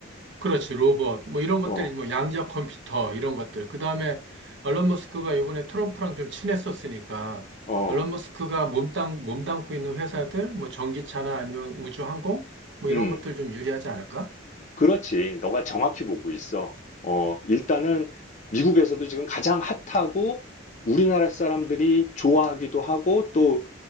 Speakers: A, on the right (about 65°); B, on the left (about 40°).
A: 그렇지, 로봇. 뭐 이런 것들이
B: 어,
A: 뭐 양자 컴퓨터 이런 것들. 그다음에 앨런 머스크가 이번에 트럼프랑 좀 친했었으니까
B: 어,
A: 앨런 머스크가 몸담 몸담고 있는 회사들 뭐 전기차나 아니면 우주항공 뭐
B: 음.
A: 이런 것들 좀 유리하지 않을까?
B: 그렇지. 너가 정확히 보고 있어. 어, 일단은 미국에서도 지금 가장 핫하고 우리나라 사람들이 좋아하기도 하고 또